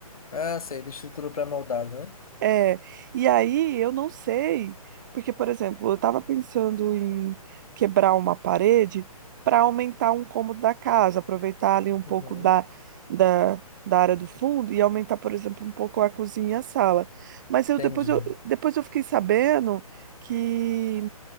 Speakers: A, on the left; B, on the right.
A: Ah, sei, de estrutura pré-moldada, né?
B: É, e aí eu não sei, porque, por exemplo, eu estava pensando em quebrar uma parede para aumentar um cômodo da casa, aproveitar ali um pouco
A: Uhum,
B: da, da, da área do fundo e aumentar, por exemplo, um pouco a cozinha e a sala. Mas eu
A: entendi.
B: depois eu, depois eu fiquei sabendo que